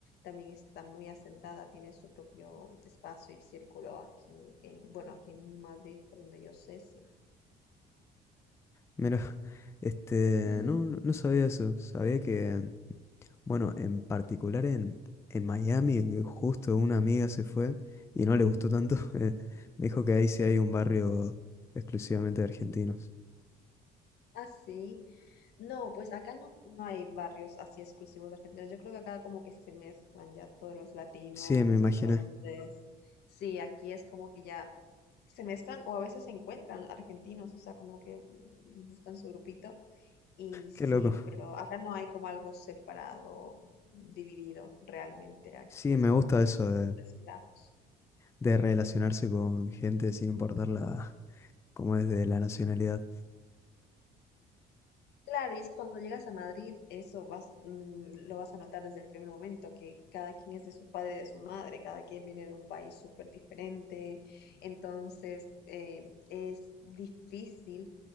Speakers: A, on the left (about 75°); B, on the left (about 15°).
A: también está muy asentada, tiene su propio espacio y círculo aquí en, bueno, aquí en Madrid, por donde yo sé, sí.
B: Mira, <laughs> este,
A: <laughs>
B: no, no no sabía eso. Sabía que, bueno, en particular en, en Miami, que justo una amiga se fue y no le gustó tanto. <laughs> eh, me dijo que ahí sí hay un barrio exclusivamente de argentinos.
A: Así, no, pues acá no, no hay barrios así exclusivos de argentinos. Yo creo que acá como que se mezclan ya todos los latinos,
B: Sí, me imaginé.
A: entonces, sí, aquí es como que ya se mezclan o a veces se encuentran argentinos, o sea, como que mm, buscan su grupito y sí,
B: Qué loco.
A: pero acá no hay como algo separado, dividido realmente. Aquí
B: Sí,
A: es
B: me
A: como
B: gusta
A: que
B: eso de,
A: todos mezclamos.
B: de relacionarse con gente sin importar la, cómo es de la nacionalidad.
A: Claro, y es que cuando llegas a Madrid, eso vas, mm, lo vas a notar desde el primer momento, que cada quien es de su padre y de su madre, cada quien viene de un país súper diferente, entonces eh, es difícil,